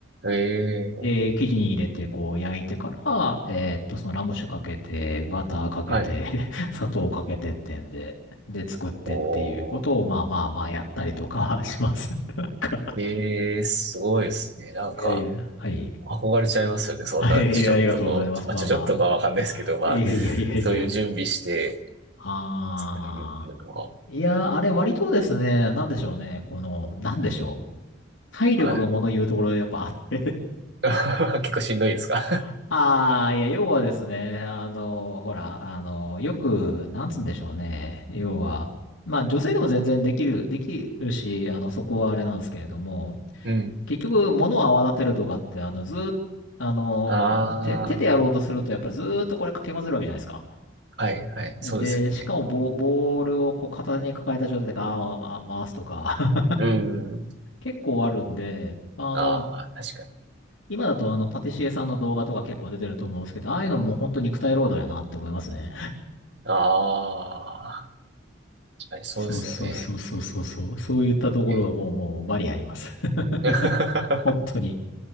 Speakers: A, on the right (about 60°); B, on the left (about 80°).
A: ええ、
B: で、生地に入れて、こう、焼いてから、えっと、そのラム酒かけて、バターかけて、
A: はい。
B: <laughs> 砂糖かけてってんで、で、作ってっていうことを、
A: おー。
B: まあまあまあ、やったりとか <laughs> します。なんか、
A: ええ、すごいですね。なんか、
B: いやいや、はい。
A: 憧れちゃいますよね。そんな、
B: はいやいや、
A: ちょちょっとこう、
B: ありがとうございます。
A: まあ、
B: まあま
A: ちょちょっとかわかんないですけど、まあ、
B: あ。いやいやいやいや。
A: そういう準備して
B: ああ。
A: 作れるっていうのは、
B: いやー、あれ割とですね、なんでしょうね。この、なんでしょう。体力が物言うところでやっぱあって。
A: はい。<laughs> 結構しんどいですか
B: <laughs> ああ、いや、要はですね、あの、ほら、あの、よく、なんつうんでしょうね。要は、まあ女性でも全然できる、できるし、あの、そこはあれなんですけれども、
A: <laughs> うん。
B: 結局、物を泡立てるとかって、あの、ずーっと、あの、
A: ああ、
B: 手、手でやろうとすると、やっぱりずーっとこれかき混ぜるわけじゃないですか。
A: はいはい。
B: で、
A: そうですよね。
B: しかもボ、ボールをこう片手に抱えた状態でガーッ回すとか、
A: うん。
B: 結構あるんで、あの、
A: ああ、確かに。
B: 今だとあの、パティシエさんの動画とか結構出てると思うんですけど、ああいうのも本当肉体労働やなって思いますね。
A: ああ、確かにそうですよね。
B: そうそうそうそうそうそう。そういったところはもうもうバリあります。
A: えー
B: <laughs>
A: <laughs>
B: 本当に。